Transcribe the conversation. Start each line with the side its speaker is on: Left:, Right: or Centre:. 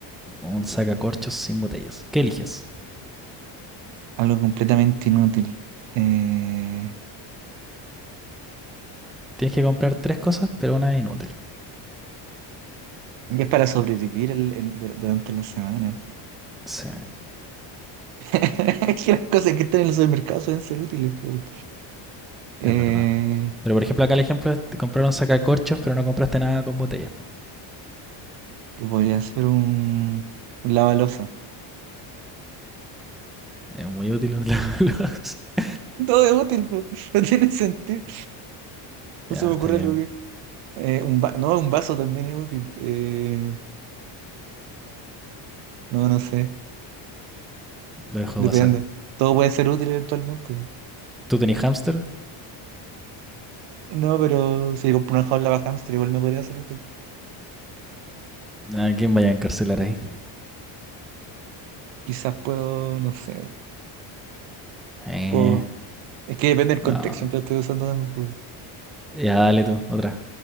Centre: Un sacacorchos sin botellas. ¿Qué eliges?
Right: Algo completamente inútil. Eh,
Centre: Tienes que comprar tres cosas, pero una es inútil.
Right: y es para sobrevivir el, el- dur- durante la semana.
Centre: Sí,
Right: <laughs> Es que las cosas que están en el supermercado suelen ser útiles. pues. Eh,
Centre: es verdad. Pero por ejemplo, acá el ejemplo es te compraron sacacorchos, pero no compraste nada con botellas.
Right: que podría ser un, un lavaloza.
Centre: Es muy útil. los- <laughs>
Right: Todo es útil, pues. <laughs> No tiene sentido. No
Centre: Ya,
Right: se me
Centre: está
Right: ocurre
Centre: bien.
Right: algo que... eh, un va- no, un vaso también es útil. Eh, no, no sé.
Centre: Lo dejo
Right: Depende.
Centre: pasar.
Right: Todo puede ser útil eventualmente.
Centre: ¿Tú tenés hámster?
Right: No, pero si compro una jaula para hámster igual me podría ser útil.
Centre: ¿A quién vaya a encarcelar ahí?
Right: Quizás puedo, no sé,
Centre: Eh,
Right: puedo... Es que depende del contexto
Centre: no.
Right: en que lo estoy usando también. po.
Centre: Ya, dale tú, otra.